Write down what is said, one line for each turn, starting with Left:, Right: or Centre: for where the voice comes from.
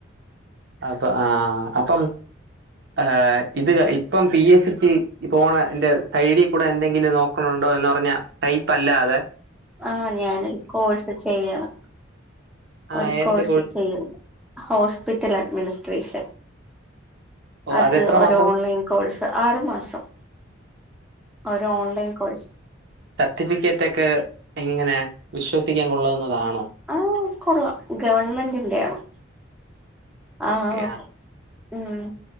Right: അപ്പ ആഹ് അപ്പം ആഹ് ഇത് ഇപ്പം പി എസ്സിക്ക് പോണ എന്റെ ഐഡികൂടെ എന്തെങ്കിലും നോ ക്ക്ണുണ്ടോ എന്ന് പർഞ്ഞ ടൈപ്പല്ലാതെ
Centre: ആഹ് ഞാനൊരു കോഴ്സ് ചെയ്യാണ്
Right: ആ
Centre: ഒരു
Right: എന്ത്
Centre: കോഴ്സ് ചെയ്യ്ന്ന് ഹോസ്പിറ്റലഡ്മിനിസ്ട്രേഷൻ
Right: ഓ!
Centre: അത്
Right: അതെത്ര
Centre: ഒര്
Right: മാസം?
Centre: ഓൺലൈൻ കോഴ്സ് ആറു മാസം ഒര് ഓൺലൈൻ കോഴ്സ്
Right: സർട്ടിഫിക്കെറ്റെക്കെ എങ്ങെനെ വിശ്വസിക്കാം കൊള്ളാവ്ന്നതാണോ
Centre: ആഹ് കൊള്ളാം ഗവൺമെന്റിന്റെയാണ് ആഹ്
Right: ഓക്കെ.
Centre: ഊം